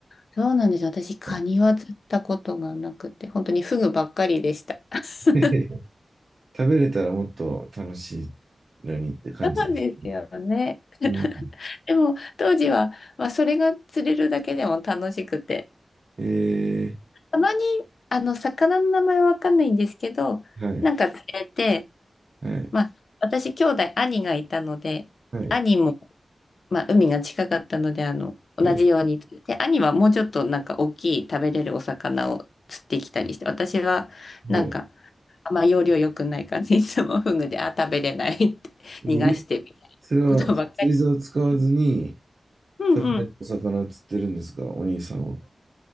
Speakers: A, on the left; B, on the right.
A: そうなんです。私カニは釣ったことがなくて、
B: はい
A: 本当にフグばっかりでした。<laughs> そ
B: <laughs> 食べれたらもっと楽しいのにって感じです。
A: うなんですよね。<laughs>
B: うん。
A: でも当時は、まあ、それが釣れるだけでも楽しくて、
B: え
A: たまに、あの、魚の名前わかんないんですけど、
B: ー、はい、
A: なんか連れて、
B: はい、
A: まあ、私、兄弟、兄がいたので、
B: はい、
A: 兄も、まあ、海が近かったので、あの、同じように釣って、
B: はい、
A: 兄はもうちょっとなんか大きい食べれるお魚を釣ってきたりして、私はなんか、
B: はい。
A: あんま要領良くない感じ、いつもフグで、あ、食べれないって逃がしてみたいなことばっかり。
B: えーそれは釣り竿を使わずに
A: うんうん。
B: 食べれるお魚を釣ってるんですか、お兄さんは。